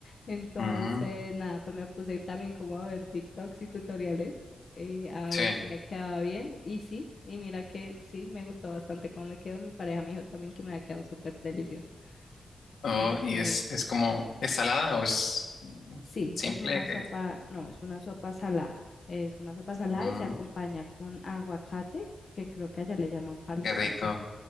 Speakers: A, on the left; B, on the left.
A: Entonces,
B: mm,
A: nada, pues me puse también como a ver TikToks y tutoriales eh, a
B: sí.
A: ver si me quedaba bien. Y sí, y mira que sí, me gustó bastante cómo me quedó. Mi pareja me dijo también que me ha quedado súper delicioso.
B: Oh,
A: Entonces,
B: y es, es como, ¿es salada o es mm,
A: Sí,
B: simple?
A: es una sopa,
B: ¿Qué, qué-
A: no, es una sopa salada. Es una sopa salada
B: mm,
A: y se acompaña con aguacate, que creo que allá le llaman palta,
B: qué rico.
A: no sé.